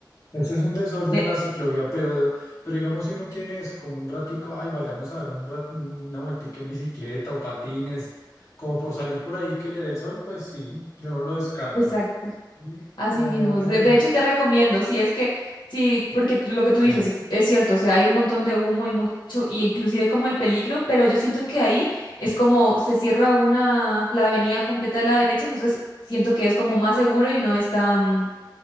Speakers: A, on the left (about 40°); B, on the left (about 80°).
A: Ese es un desorden
B: De-
A: la ciclovía, pero, pero digamos si uno tiene eso como un ratico, ay, vayamos a dar un rat- una vueltica en bicicleta o patines, como por salir por ahí que le dé el sol, pues sí, yo no lo descarto.
B: Exacto,
A: Mm,
B: así
A: No,
B: mismo.
A: no me
B: De,
A: mol...
B: de hecho, te recomiendo, si es que, sí, porque t- lo que
A: Sí,
B: tú dices es, es cierto, o sea, hay un montón de humo y mucho, y inclusive como el peligro, pero yo siento que ahí es como se cierra una, la avenida completa de la derecha, entonces siento que es como más seguro y no es tan,